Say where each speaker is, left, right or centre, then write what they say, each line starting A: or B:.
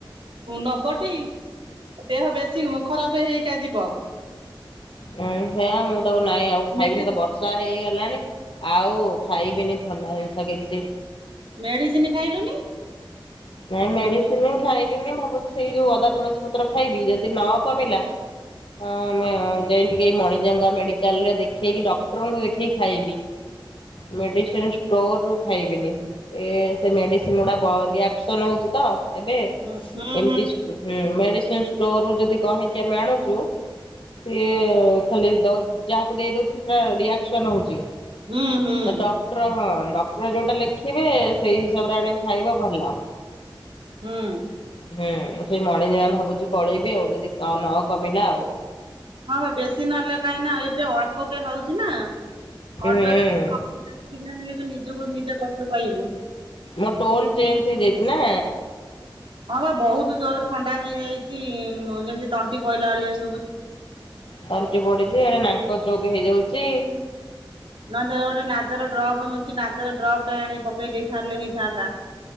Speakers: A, on the right; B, on the left.
A: ନବଟି? ଦେହ ବେଶୀ ଖରାପ ହେଇ ହେଇକା ଯିବ।
B: ଉଁ ସେଇଆ ମୁଁ ତାକୁ ନାଇଁ ଆଉ ଖାଇବିନି
A: ମେଡି
B: ତ ବର୍ଷା ହେଇଗଲାଣି। ଆଉ ଖାଇବିନି ଥଣ୍ଡା ଜିନିଷ କିଛି।
A: ମେଡିସିନ ଖାଇଲୁନି?
B: ନାଇଁ ମେଡିସିନ ଖାଇଲିନି ଭାବୁଛି ସେଇ ଯୋଉ ଅଦା ତୁଳସୀ ପତ୍ର ଖାଇବି, ଯଦି ନ କମିଲା ହଁ ମ ଯାଇ ଟିକେ ମଣିଜାଙ୍ଗା ମେଡିକାଲ ରେ ଦେଖେଇକି ଡକ୍ଟରଙ୍କୁ ଦେଖେଇକି ଖାଇବି। ମେଡିସିନ ଷ୍ଟୋର ରୁ ଖାଇବିନି ଏ ସେ ମେଡିସିନ ଗୁଡା ବ ରିଆକ୍ଟ ଋଆକ୍ସନ ହଉଛି ତ ଏବେ
A: ହୁଁ ହୁଁ
B: ଏମିତି ହୁଁ ମେଡିସିନ ଷ୍ଟୋ ଷ୍ଟୋର ରୁ ଯଦି କହିକି ଆମେ ଆଣୁଛୁ ସିଏ ଖାଲି ଦଉ ଯାହାକୁ ଦେଇ ଦଉଛନ୍ତି ସେଟା ରିଆକ୍ସନ ହଉଛି।
A: ହୁଁ ହୁଁ
B: ତ ଡକ୍ଟର ହନ ଡକ୍ଟର ଯୋଉଟା ଲେଖିବେ ସେଇ ହିସାବରେ ଆଣିକି ଖାଇବ ଭଲ।
A: ହୁଁ।
B: ହୁଁ ସେଇ ମଣିଜମା ଭାବୁଛି ପଳେଇବି ଆଉ ଯଦି ନ କମିଲା ଆଉ।
A: ହଁ ବା ବେଶୀ ନହେଲେ କାହିଁକି ନା ଏବେ ଅଳ୍ପ କେ ହଉଛି ନା।
B: ହୁଁ
A: ଅଳ୍ପକେ <inaudible> ବି ନିଜକୁ ନିଜେ କଷ୍ଟ ପାଇବୁ।
B: ମୋ ଟୋନ୍ ଚେଞ୍ଜ ହେଇଯାଇଛି ନା?
A: ହଁ ବା ବହୁତ ଜୋର ଥଣ୍ଡା ହେଇଯାଇଛି, ଯେମିତି ତଣ୍ଟି ପଇଲା ଭଳିଆ ଶୁ
B: ତଣ୍ଟି ପଡିଛି, ଏଣେ ନାଙ୍କ ଚୌକ ହେଇଯାଉଛି।
A: ନହେଲେ ଗୋଟେ ନାଜଲ ଡ୍ରପ ମିଳୁଛି ନାଜଲ ଡ୍ରପ୍ ଟେ ଆଣି ପକେଇ ଦେଇଥାନ୍ତେ ହେଇଥାନ୍ତା।